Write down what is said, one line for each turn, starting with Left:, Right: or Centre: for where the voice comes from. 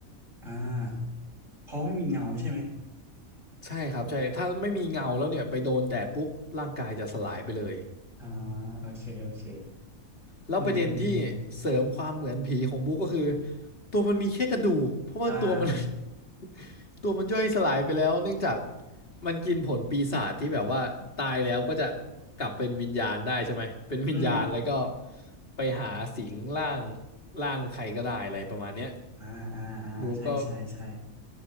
Right: อ่าเพราะไม่มีเงาใช่ไหม
Left: ใช่ครับใช่ถ้าไม่มีเงาแล้วเนี่ยไปโดนแดดปุ๊บร่างกายจะสลายไปเลย
Right: อ่าโอเคโอเค
Left: แล้วประเด็นที่เสริมความเหมือนผีของบุ๊กก็คือ
Right: อืมอืมอืม
Left: ตัวมันมีแค่กระดูกเพราะว่าตัวมัน
Right: อ่า
Left: <laughs> ตัวมันย่อยสลายไปแล้วเนื่องจากมันกินผลปีศาจที่แบบว่าตายแล้วก็จะกลับเป็นวิญญาณได้ใช่ไหมเป็นวิญญาณแล้วก็
Right: อืม
Left: ไปหาสิงร่างร่างใครก็ได้อะไรประมาณเนี้ย
Right: อ่าอ่าอ่าใช่
Left: บุ๊กก็
Right: ใช่ใช่